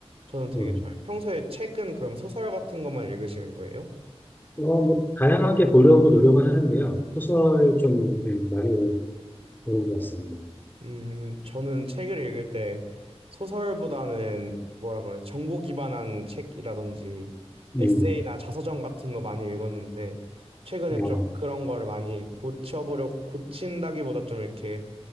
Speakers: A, on the right; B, on the left.
A: 저는 되게
B: 음.
A: 잘 평소에 책은 그럼 소설 같은 것만 읽으시는 거예요?
B: 어, 뭐, 다양하게 보려고 노력은 하는데요. 소설 좀 음, 많이 보는 것 같습니다.
A: 음, 저는 책을 읽을 때 소설보다는 뭐라 그래, 정보 기반한 책이라든지
B: 음,
A: 에세이나 자서전 같은 거 많이 읽었는데 최근에 좀
B: 어,
A: 그런 거를 많이 고쳐보려고 고친다기보다 좀 이렇게